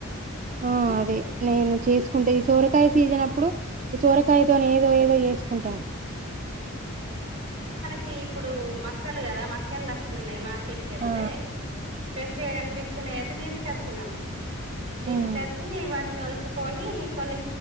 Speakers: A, on the right; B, on the right.
A: ఆ అదే నేను చేసుకుంటే ఈ సోరకాయ సీజన్ అప్పుడు ఈ సోరకాయతోని ఏదో ఏదో చేసుకుంటాం
B: టే ఇప్పుడు మక్కలు కదా మక్కెళ్లు వస్తున్నాయి మార్కెట్ కి వెళ్తే
A: ఆ
B: ఫ్రెష్గా కనిపించినయి అయితే తీసుకొచ్చినాం తీసుకొచ్చి
A: ఉమ్
B: వాటిని వలు చుకొని కొన్ని